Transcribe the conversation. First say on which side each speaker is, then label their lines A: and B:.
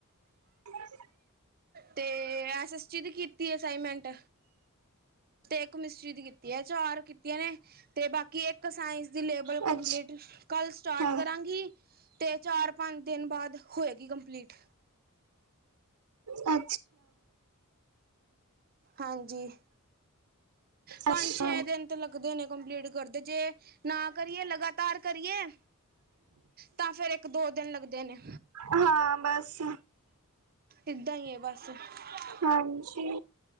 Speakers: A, on the right; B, on the right.
A: ਹ
B: ਤੇ ਐਸ ਐਸਟੀ ਦੀ ਕੀਤੀ ਅਸਾਈਨਮੈਂਟ ਤੇ ਇੱਕ ਮਿਸਤਰੀ ਦੀ ਕੀਤੀ ਹੈ ਚਾਰ ਕੀਤੀਆਂ ਨੇ ਤੇ ਬਾਕੀ ਏਕ ਸਾਇੰਸ ਦੀ ਲੇਬਲ
A: ਅੱਛਾ।
B: ਕੰਪਲੀਟ ਕਾੱਲ ਸਟਾਟ
A: ਅੱਛਾ,
B: ਕਰਾਂਗੀ, ਤੇ ਚਾਰ ਪਾੰਜ ਦੇਨ ਬਾਦ ਹੋਏਗੀ ਕੰਪਲੀਟ
A: ਅ
B: ਹਾਂਜੀ। ਪਾੰਜ
A: ਅੱਛਾ
B: ਛੇ ਦੇਨ ਤੇ ਲੱਗਦੇ ਨੇ ਕੰਪਲੀਟ ਕਰਦੇ, ਜੇ ਨਾ ਕਰੀਏ ਲਗਾ ਤਾਰ ਕਰੀਏ, ਤਾਂ ਫੇਰ ਏਕ ਦੋ ਦੇਨ ਲੱਗਦੇ ਨੇ।
A: ਹਾਂ, ਬਾੱਸ
B: ਇਦਾਂ ਈ ਏ ਬਾੱਸ <unintelligible>
A: ਹਾਂਜੀ,